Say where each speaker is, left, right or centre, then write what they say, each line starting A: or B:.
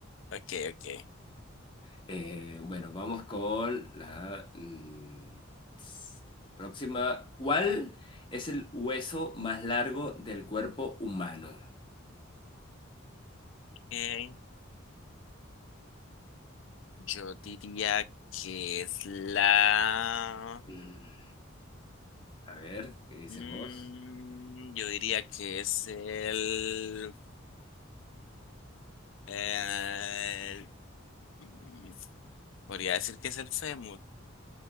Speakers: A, on the left (about 65°); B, on the left (about 25°).
A: ok, ok.
B: Eh, bueno, vamos con la mm, s- próxima. ¿Cuál es el hueso más largo del cuerpo humano?
A: Ok. Yo diría que es la...
B: Mm, A ver, ¿qué dices
A: Mm,
B: vos?
A: yo diría que es el... el- mm, podría decir que es el fémur.